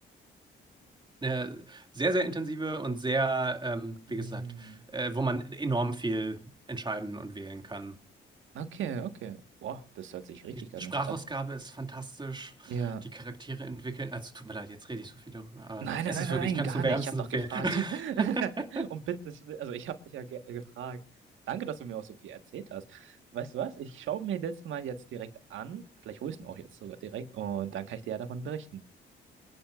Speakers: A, on the right; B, on the right.
A: Eine sehr, sehr intensive und sehr, ähm, wie
B: Hm,
A: gesagt, äh, wo man enorm viel entscheiden und wählen kann.
B: okay, okay. Boah, das hört sich richtig
A: Die
B: an.
A: Sprachausgabe
B: ne? Ab-
A: ist fantastisch.
B: Ja.
A: Die Charaktere entwickeln. Also tut mir leid, jetzt rede ich so viel darüber, aber
B: Nein,
A: es
B: nein, nein,
A: ist
B: nein,
A: wirklich, ich kann
B: gar
A: es nur wärmstens
B: nicht. Ich habe doch
A: empfehlen.
B: gefragt.
A: <laughs>
B: <laughs> Und bitte, also ich habe dich ja ge gefragt. Danke, dass du mir auch so viel erzählt hast. Weißt du was? Ich schaue mir das mal jetzt direkt an. Vielleicht hole ich ihn auch jetzt sogar direkt und dann kann ich dir ja davon berichten.